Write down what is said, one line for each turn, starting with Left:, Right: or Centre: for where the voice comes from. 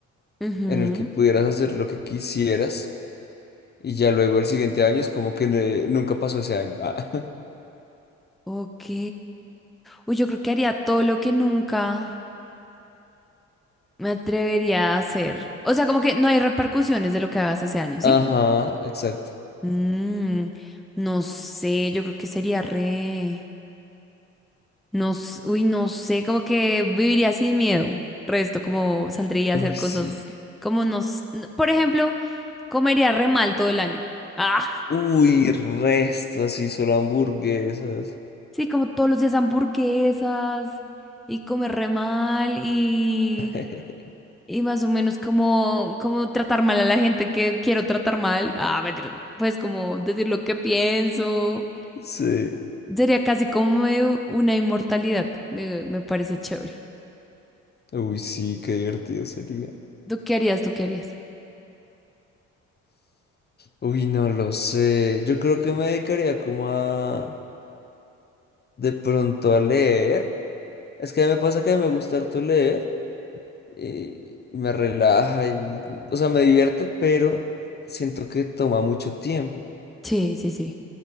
Centre: Ujú.
Left: en el que pudieras hacer lo que quisieras y ya luego el siguiente año es como que ne- nunca pasó ese año. Ah.
Centre: Ok. Uy, yo creo que haría todo lo que nunca me atrevería a hacer. O sea, como que no hay repercusiones de lo que hagas ese año, ¿sí?
Left: <laughs> Ajá, exacto.
Centre: Mm, no sé, yo creo que sería re... No, s- uy, no sé, como que viviría sin miedo. Resto, como saldría a
Left: Uy,
Centre: hacer cosas
Left: sí.
Centre: como nos... Por ejemplo, comería re mal todo el año. Ah,
Left: Uy, resto, así solo hamburguesas.
Centre: sí, como todos los días hamburguesas y comer re mal y...
Left: <laughs>
Centre: Y más o menos como, como tratar mal a la gente que quiero tratar mal. Ah, mentira, no. Pues como decir lo que pienso.
Left: Sí.
Centre: Sería casi como medio una inmortalidad. Me, me parece chévere.
Left: Uy, sí, qué divertido sería.
Centre: ¿Tú qué harías? ¿Tú qué harías?
Left: Uy, no lo sé. Yo creo que me dedicaría como a de pronto a leer. Es que me pasa que a mí me gusta harto leer eh, y me relaja y, o sea, me divierte, pero siento que toma mucho tiempo.
Centre: Sí, sí, sí.